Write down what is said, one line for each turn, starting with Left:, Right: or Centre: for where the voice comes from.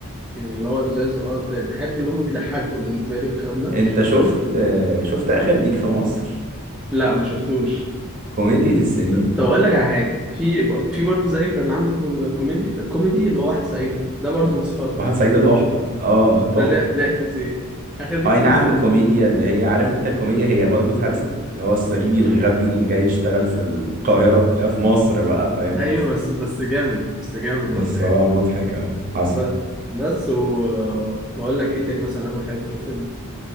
Centre: يعني اللي هو لزاز اه ت- تحب اللي هم بيضحكوا بالنسبه لي والكلام ده
Right: انت شفت آه، شفت اخر ديك في مصر
Centre: لا ما شفتوش
Right: كوميديا السنين
Centre: ط- طب اقول لك على حاجه في ب- في برضه زيه كان عامل كو- كوميدي كوميدي اللي هو واحد صعيدي ده برضه مسخره
Right: واحد صعيدي تحفة اه آه، تحفة
Centre: ده ده ضحك سي اخر ديك
Right: اي
Centre: في
Right: نعم
Centre: مصر
Right: كوميديا اللي هي عارف انت الكوميديا هي برضو اتهرست اللي هو الصعيدي الغبي اللي جاي يشتغل في القاهرة لا في مصر بقى فاهم
Centre: ايوه بس بس جامد بس جامد
Right: بس
Centre: برضه يعني
Right: هو مضحك اوي حصل
Centre: ب- بس و- واقول لك ايه تاني مثلا انا بحبه في